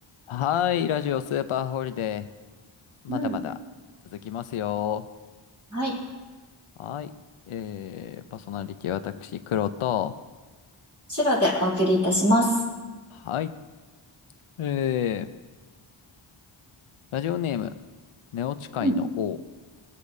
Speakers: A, on the left; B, on the right.
A: はい、ラジオスーパーホリデー、まだまだ続きますよ。
B: うん。はい。
A: はい、えー、パーソナリティ私、黒と、
B: 白でお送りいたします。
A: はい、えー、ラジオネーム、寝落ち界の王。
B: うん。